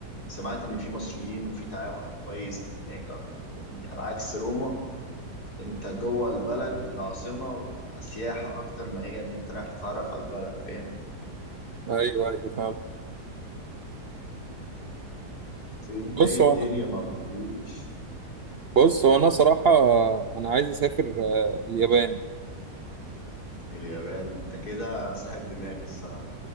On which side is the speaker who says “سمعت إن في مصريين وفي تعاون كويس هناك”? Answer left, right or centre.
Left